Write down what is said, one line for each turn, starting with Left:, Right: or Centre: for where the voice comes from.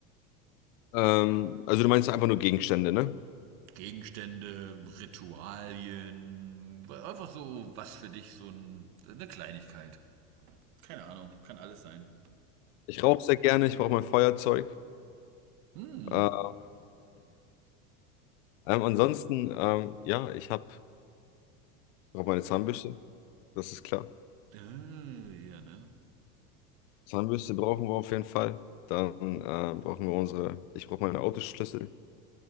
Left: Ähm, also du meinst einfach nur Gegenstände, ne?
Right: Gegenstände, Ritualien, einfach so was für dich, so ein, eine Kleinigkeit. Keine Ahnung, kann alles sein.
Left: Ich rauche sehr gerne, ich brauche mein Feuerzeug.
Right: Hm,
Left: Äh, ähm, ansonsten, ähm, ja, ich habe brauche meine Zahnbürste, das ist klar.
Right: äh, ja, ne?
Left: Zahnbürste brauchen wir auf jeden Fall. Dann äh, brauchen wir unsere, ich brauche meine Autoschlüssel.